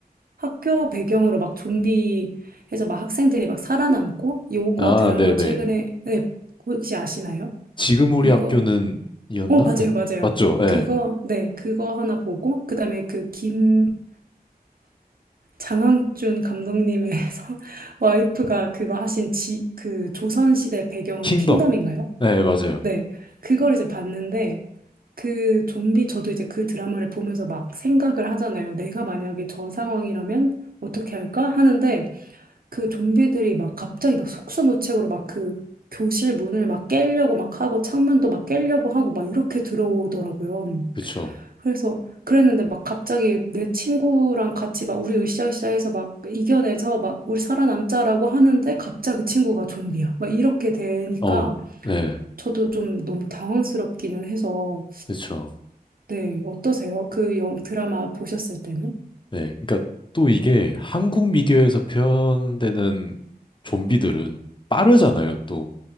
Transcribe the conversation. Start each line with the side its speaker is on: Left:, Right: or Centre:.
Right: 학교 배경으로 막 좀비 해서 막 학생들이 막 살아남고 요거
Left: 아,
Right: 드라마
Left: 네네.
Right: 최근에 네, 혹시 아시나요?
Left: 지금 우리
Right: 이거
Left: 학교는 이었나?
Right: 어 맞아요
Left: 아니,
Right: 맞아요
Left: 맞죠? 예.
Right: 그거 네 그거 하나 보고 그다음에 그 김 장항준 감독님의 <laughs> 서- 와이프가 그거 하신 지 그 조선시대 배경으로
Left: 킹덤.
Right: 킹덤인가요?
Left: 네, 맞아요.
Right: 네 그걸 이제 봤는데 그 좀비 저도 이제 그 드라마를 보면서 막 생각을 하잖아요 내가 만약에 저 상황이라면 어떻게 할까 하는데 그 좀비들이 막 갑자기 막 속수무책으로 막 그 교실 문을 막 깨려고 막 하고 창문도 막 깨려고 하고 막 이렇게 들어오더라고요.
Left: 그쵸.
Right: 그래서 그랬는데 막 갑자기 내 친구랑 같이 막 우리 으쌰으쌰해서 막 이겨내서 막 우리 살아남자라고 하는데 갑자기 친구가 좀비야. 막 이렇게 되니까
Left: 어, 네,
Right: 저도 좀 너무 당황스럽기는 해서
Left: 그렇죠.
Right: 네, 어떠세요? 그 영, 드라마 보셨을 때는?
Left: 네, 그러니까 또 이게 한국 미디어에서 표현되는 좀비들은 빠르잖아요. 또